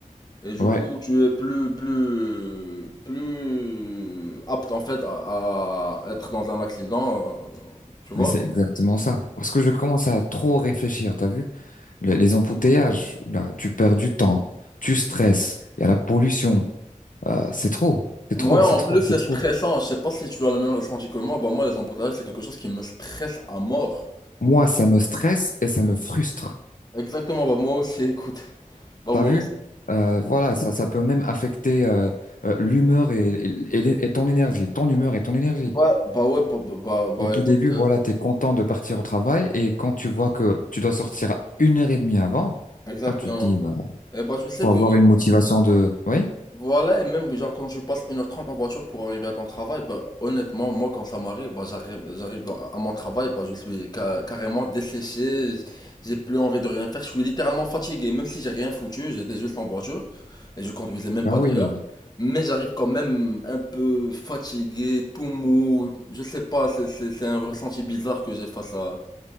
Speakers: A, on the left (about 30°); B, on the left (about 70°).
A: Et du
B: Ouais,
A: coup, tu es plus, plus, plus apte en fait à, à être dans un accident, euh, tu vois.
B: mais c'est exactement ça. Parce que je commence à trop réfléchir. T'as vu? Les, les embouteillages, là, tu perds du temps, tu stresses. Il y a la pollution. Euh, c'est trop, c'est
A: Ouais,
B: trop,
A: en
B: c'est trop,
A: plus
B: c'est
A: c'est stressant.
B: trop.
A: Je sais pas si tu as le même ressenti que moi. Bah moi les embouteillages c'est quelque chose qui me stresse à mort.
B: Moi, ça me stresse et ça me frustre.
A: Exactement. Bah moi aussi. Écoute. Bah
B: T'as
A: moi
B: vu?
A: aussi.
B: Euh, voilà, ça, ça peut même affecter euh, euh, l'humeur et, et, et l'é- et ton énergie, ton humeur et ton énergie.
A: Bah, bah ouais. Bah, bah, bah, bah,
B: Au tout
A: écoute.
B: début,
A: euh,
B: voilà, t'es content de partir au travail et quand tu vois que tu dois sortir une heure et demie avant,
A: exactement.
B: ah, tu te dis, bah,
A: Et bah tu sais
B: faut
A: que
B: avoir une motivation de, oui?
A: Voilà, et même genre quand je passe une heure trente en voiture pour arriver à ton travail, bah, honnêtement, moi quand ça m'arrive, bah, j'arrive, j'arrive dans- à mon travail, bah, je suis ca- carrément desséché, j'ai plus envie de rien faire, je suis littéralement fatigué, même si j'ai rien foutu, j'étais juste en voiture et je conduisais même
B: Bah
A: pas
B: oui,
A: d'ailleurs, mais j'arrive quand même un peu fatigué, tout mou, je sais pas, c'est c'est- c'est un ressenti bizarre que j'ai face à...